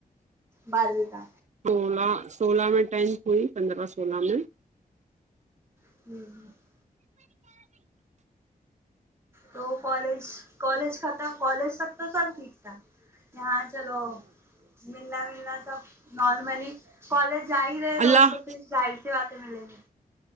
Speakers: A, on the right; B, on the right.
A: باروی کا
B: سولہ سولہ میں ٹینتھ ہوئی پندرہ سولہ میں
A: <unintelligible> تو کالج کالج ختم کالج تک تو سب ٹھ یک تھا یہاں چلو ملنا ولنا سب نارملی کالج جا ہی رہے
B: اللہ
A: دوست پھر ظاہر سی بات ہے ملیں گے